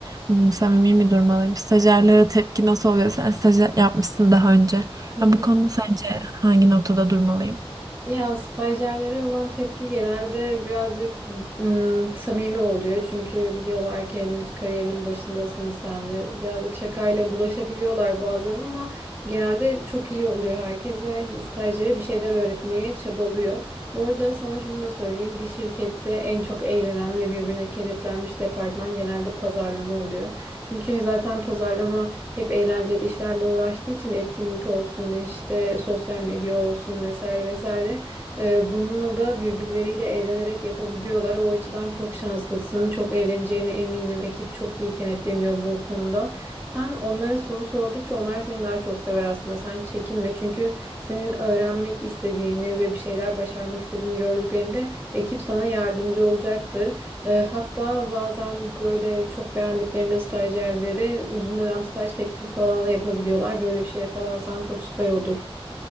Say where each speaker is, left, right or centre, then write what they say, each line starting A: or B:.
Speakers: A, on the right; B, on the right.
A: Hmm, samimi mi durmalıyım? Stajyerlere tepki nasıl oluyor? Sen stajyer yapmışsın daha önce.
B: hı hı.
A: Ya bu konuda sence hangi noktada durmalıyım?
B: Ya stajyerlere olan tepki genelde birazcık ım, samimi oluyor. Çünkü biliyorlar ki henüz kariyerinin başındasın sen ve birazcık şakayla bulaşabiliyorlar bazen ama genelde çok iyi oluyor herkes ve stajyere bir şeyler öğretmeye çabalıyor. Bu arada sana şunu da söyleyeyim. Bir şirkette en çok eğlenen ve birbirine kenetlenmiş departman genelde pazarlama oluyor. Çünkü zaten pazarlama hep eğlenceli işlerle uğraştığı için etkinlik olsun işte sosyal medya olsun vesaire vesaire. Ee, bununla da birbirleriyle eğlenerek yapabiliyorlar. O açıdan çok şanslısın. Çok eğleneceğine eminim. Ekip çok iyi kenetleniyor bu konuda. Sen onlara soru sordukça onlar seni daha çok sever aslında. Sen çekinme çünkü senin öğrenmek istediğini ve bir şeyler başarmak istediğini gördüklerinde ekip sana yardımcı olacaktır. E, hatta bazen böyle çok beğendiklerinde stajyerleri uzun dönem staj teklifi falan da yapabiliyorlar. Böyle bir şey yakalarsan çok süper olur.